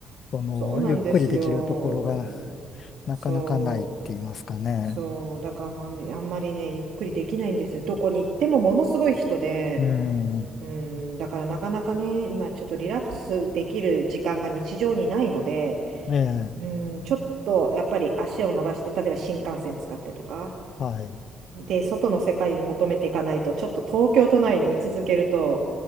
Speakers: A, on the left; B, on the right.
A: その、
B: そうなんですよ。
A: ゆっくりできるところがなかなかないって言いますかね。
B: そう。そう。だからなんで、あんまりね、ゆっくりできないんですよ。どこに行ってもものすごい人で、
A: うん。
B: うん、だからなかなかね、今ちょっとリラックスできる時間が日常にないので、
A: ええ、
B: うん、ちょっとやっぱり足を伸ばして、例えば新幹線使ってとか、
A: はい。
B: で、外の世界に求めていかないと、ちょっと東京都内に居続けると、